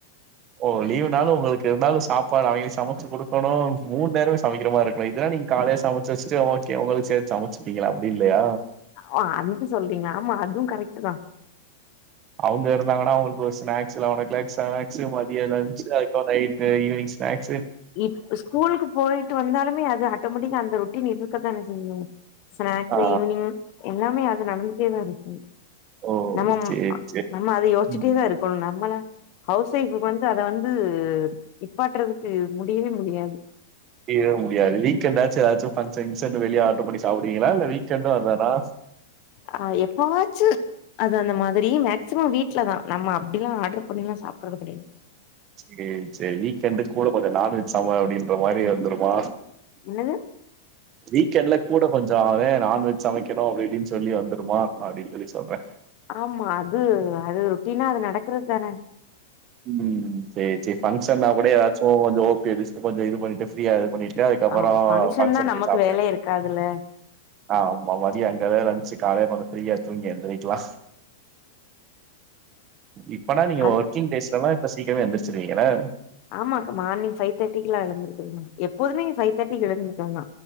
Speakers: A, on the right; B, on the left.
A: ஓ லீவுனாலு உங்களுக்கு இருந்தாலு சாப்பாடு அவங்களுக்கு சமைச்சு குடுக்கணு மூணு நேரமே சமைக்கிற மாதிரி இருக்கணு இதெல்லா நீங்க காலையிலயே சமச்சு வெச்சுட்டு ஓகே உங்களுக்கு சேத்து சமச்சுப்பீங்களா அப்டி இல்லயா
B: ஓ அது சொல்றீங்க ஆமா அதுவும் கரெக்ட் தா
A: அவங்க இருந்தாங்கன்னா அவங்களுக்கு ஸ்னாக்ஸ் <unintelligible> ஸ்னாக்ஸ் மதிய லன்சு அது நைட் ஈவினி்ங் ஸ்னாக்ஸ்
B: இ ஸ்கூலுக்கு போயிட்டு வந்தாலுமே அது ஆட்டோமெட்டிக்கா அந்த ரொட்டீன் ந இருக்க தான சொய்யு ஸ்நாக்ஸ்
A: ஆ
B: ஈவினிங் எல்லாமே அ நடந்துட்டேதா இருக்கு
A: ஓ
B: நம்ம
A: சேரி சேரி
B: நம்ம அத யோசிட்டே
A: ம்
B: தா இருக்கணு நம்மள ஹவுஸ் ஒைஃபு வந்து அது வந்து நிப்பாட்டறது உ முடியவே முடியாது
A: மீறவு முடியாது வீக்கெண்டாச்சு ஏதாச்சு ஃபங்க்ஷன் கிங்ஷன்னு வெளிய ஆர்டர் பண்ணி சாப்புடுவீங்களா இல்ல வீக்கெண்டு அதானா
B: ஆஹ் எப்பவாச்சும் அது அந்த மாதிரி மேக்சிமம் வீட்லதா நம்ம அப்படிலாம் ஆடர் பண்ணிலா சாப்படறது கடையாது
A: சரி சரி வீக்கெண்டுக்கு கூட கொஞ்ச நான்வெஜ் சம அப்படின்ற மாரி வந்துடுமா
B: என்னது
A: வீக்எண்ட்ல கூட கொஞ்ச அதே நான்வெஜ் சமைக்கணு அப்டி இப்டின்னு சொல்லி வந்துடுமா அப்படின்னு சொல்லி சொல்றே
B: ஆமா அது அது ரொட்டீனா அது நடக்கறது தான
A: ம் சரி சரி பங்க்ஷன் நா கூட எதாச்சு கொஞ்ச லேடிஸ்கு கொஞ்ச இது பண்ணிட்டு ஃப்ரியா இது பண்ணிட்டு அதுக்கப்பறோ
B: ஆஹ் பங்க்ஷன்
A: ஃபங்க்ஷனுக்கு
B: னா நமக்கு
A: போய் சாப்டுங்க
B: வேலயே இருக்காதுல்ல
A: ஆமா மதிய அங்கதா லன்ச்சு காலைல கொஞ்ச ஃப்ரீயா தூங்கி எந்திரிக்கலா அப்பனா நீங்க
B: அந்
A: ஒர்க்கிங் டேஸ்ல எல்லா சீக்கிரமே எந்துரிச்சுருவிங்கனா
B: ஆமா மார்னிங் ஃபைவ் தேர்டி க்கலாம் எழுந்திருக்கனு எப்போதுமே ஃபைவ் தேர்டிக்கு எழுந்திருக்கனுந்தா